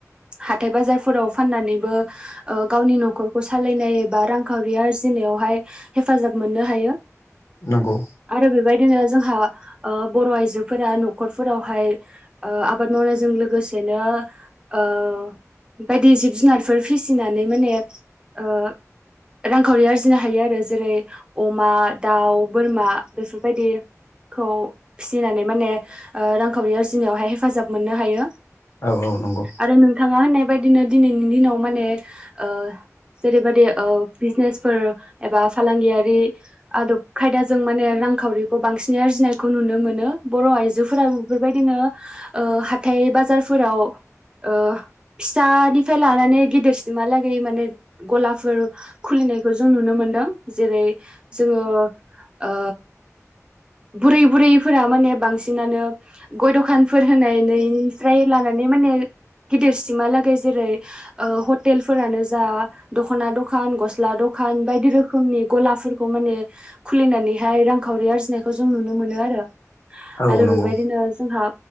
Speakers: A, on the right (about 20°); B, on the left (about 55°).
A: हाथाइ बाजारफोराव फाननानैबो ओ गावनि न'खरखौ सा लायनाय एबा रांखावरि आरजिनायावहाय हेफाजाब मोननो हायो।
B: नंगौ।
A: आरो बेबायदिनो जोंहा ओ बर' आइजोफोरा न'खरफोरावहाय ओ आबाद मावनायजों लोगोसेनो ओ बायदि जिब जुनारफोर फिसिनानै माने ओ रांखावरि आरजिनो हायो आरो जेरै अमा, दाउ, बोरमा बेफोरबायदि खौ फिसिनानै माने रांखावरि ओ आरजिनायावहाय हेफाजाब मोननो हायो।
B: औ औ नंगौ
A: आरो नोंथाङा होननाय बायदिनो दिनैनि दिनाव माने ओ जेरैबादि ओ बिजनेसफोर एबा फालांगियारि आदब खायदाजों माने रांखावरिखौ बांसिनै आरजिनायखौ नुनो मोनो। बर' आइजोफोरा बेफोरबायदिनो ओ हाथाइ बाजारफोराव ओ फिसानिफ्राय लानानै गिदिरसिमहालागै माने गलाफोर खुलिनायखौ जों नुनो मोनदों। जेरै जोङो ओ बुरै बुरैफोरा माने बांसिनानो गय दखानफोर होनायनैनिफ्राय लानानै माने गिदिरसिमहालागै जेरै ओ हटेलफोरानो जा दख'ना दखान गस्ला दखान बायदि रोखोमनि गलाफोरखौ माने खुलिनानैहाय रांखावरि आरजिनायखौ जों नुनो मोनो आरो।
B: औ
A: आरो
B: नंगौ
A: बेबायदिनो जोंहा